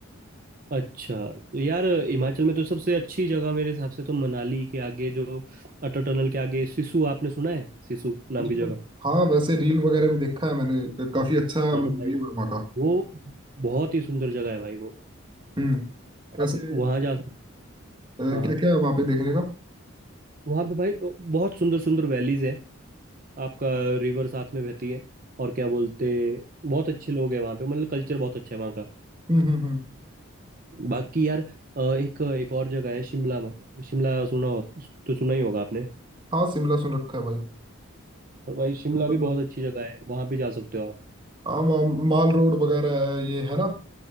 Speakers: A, on the right; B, on the right.
A: हो अच्छा तो यार हिमाचल में तो सबसे अच्छी जगह मेरे हिसाब से तो मनाली के आगे जो अटल टनल के आगे सिसु आपने सुना है सिसु नाम
B: इसको
A: की जगह
B: हाँ वैसे रील वगैरह में देखा है मैंने काफी अच्छा
A: हाँ
B: मतलब
A: तो भाई
B: व्यू है वहाँ का
A: वो बहुत ही सुंदर जगह है भाई वो
B: हम्म कैसे
A: आप वहाँ जा सकते
B: क्या
A: हाँ हाँ।
B: क्या है वहाँ पे देखने का
A: वहाँ पे भाई बहुत सुंदर सुंदर वैलीज हैं आपका रिवर साथ में बहती है और क्या बोलते बहुत अच्छे लोग हैं वहाँ पे मतलब कल्चर बहुत अच्छा है वहाँ का
B: हम्म हम्म हम्म
A: बाकी यार अ, एक एक और जगह है शिमला शिमला सुना हो तो सुना ही होगा आपने
B: हाँ शिमला सुन रखा है भाई
A: भाई शिमला
B: शिमला
A: भी
B: तो-
A: बहुत अच्छी जगह है वहां भी जा सकते हो आप
B: हाँ मा- माल रोड वगैरह है ये है ना